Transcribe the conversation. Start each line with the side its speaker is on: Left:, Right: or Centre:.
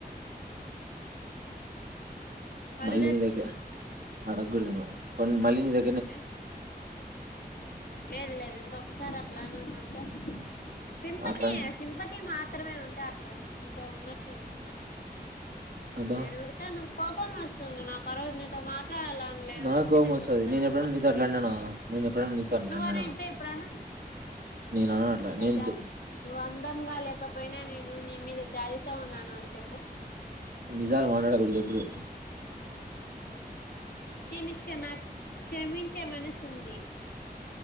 Left: అడగచ్చు
Right: మల్లి దగ్గ అడగోద్ నువ్ కొన్ మళ్ళీ నీదగ్
Left: ఏ లేదు లేదు లేదు ఇంకొకసారి అట్లా అననంటే సింపతి
Right: అట్లా అన్-
Left: సింపతి మాత్రమే ఉంటే అట్లా ఉ నీతో ఉన్నట్ నే ఉండనే ఉమ్
Right: అబ్బా!
Left: నేను ఉరుకే అనం కోపం వస్తుంది నాకు ఆ రోజు నీతో మాట్లాడాలని లేదు
Right: నాకు
Left: అందుకే
Right: కోపమొస్తది.
Left: నేను ఇట్ల
Right: నేనెప్పుడైనా
Left: చెప్ప
Right: నీతో అట్లా అన్నానా? నేనెప్పుడైనా నీతో అట్లా
Left: నువ్
Right: అన్నానా?
Left: అనయితే ఇపుడు అను నేను
Right: నేననను
Left: నీ
Right: అట్లా.
Left: మీద
Right: నేను
Left: జా
Right: జ
Left: నువ్వు అందమ్ గా లేకపోయినా నే నువ్ నీ మీద జాలితో ఉన్నాను అన్ చెప్పు
Right: నిజాల్ మాట్లాడకూడదు ఎప్పుడు
Left: దీనిక్ క్షమాగ్ షమించే మనసుంది